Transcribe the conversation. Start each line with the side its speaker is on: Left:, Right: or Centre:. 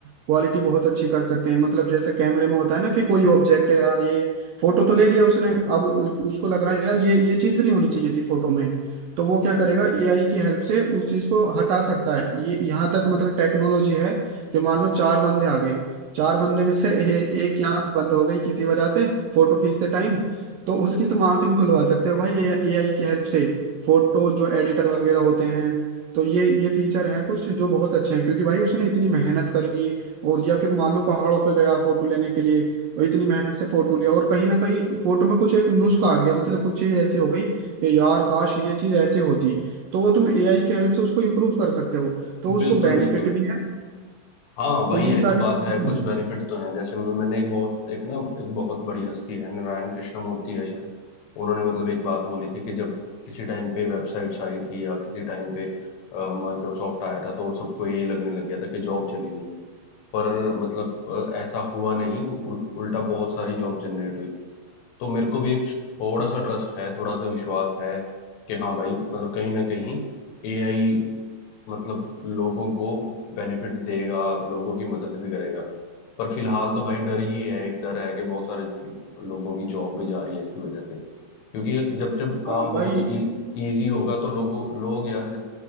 Right: क्वालिटी बहुत अच्छी कर सकते हैं मतलब जैसे कैमरे में होता है ना कि कोई ऑब्जेक्ट है यार ये फोटो तो ले लिया उसने अब उसको लग रहा है यार ये ये चीज नहीं होनी चाहिए थी फोटो में तो वो क्या करेगा एआई की हेल्प से उस चीज को हटा सकता है ये यहाँ तक मतलब टेक्नोलॉजी है कि मान लो चार बंदे आ गए चार बंदे में से ए, एक की आंख बंद हो गई किसी वजह से फोटो खींचते टाइम तो उसकी तुम आंख भी खुलवा सकते हो भाई ये एआई की हेल्प से फोटो जो एडिटर वगैरह होते हैं तो ये ये फीचर हैं कुछ जो बहुत अच्छे हैं क्योंकि भाई उसने इतनी मेहनत करी और या फिर मान लो पहाड़ों पे गया फोटो लेने के लिए और इतनी मेहनत से फोटो लिया और कहीं ना कहीं फोटो में कुछ एक नुस्खा आ गया मतलब कुछ चीज ऐसी हो गई कि यार काश ये चीज ऐसे होती तो वो तुम एआई की हेल्प से उसको इम्प्रूव कर सकते हो तो
Left: में
Right: उसको
Left: बिल्कुल
Right: बेनिफिट
Left: बिल्कुल
Right: भी है
Left: हाँ भाई
Right: तो ये
Left: ये
Right: सारी
Left: तो बात
Right: चीजें
Left: है कुछ
Right: हैं
Left: बेनिफिट तो हैं जैसे मैं- मैंने एक बहुत एक ना एक बहुत बड़ी हस्ती है नारायण कृष्ण मूर्ति है शायद उन्होंने मतलब एक बात बोली थी कि जब किसी टाइम पे वेबसाइट्स आई थी या किसी टाइम पे माइक्रोसॉफ्ट आया था तो सबको ये लगने लग गया था कि जॉब चली गई है पर मतलब अ, ऐसा हुआ नहीं उल, उल्टा बहुत सारी जॉब जनरेट हुई तो मेरे को भी एक थोड़ा सा ट्रस्ट है थोड़ा सा विश्वास है कि हाँ भाई मतलब कहीं ना कहीं एआई मतलब लोगों को बेनिफिट देगा लोगों की मदद भी करेगा पर फिलहाल तो भाई डर ही है एक डर है कि बहुत सारे लोगों की जॉब भी जा रही है इसकी वजह से क्योंकि जब जब
Right: हाँ
Left: काम
Right: भाई
Left: बहुत इजी होगा तो लोगों लोग यार जब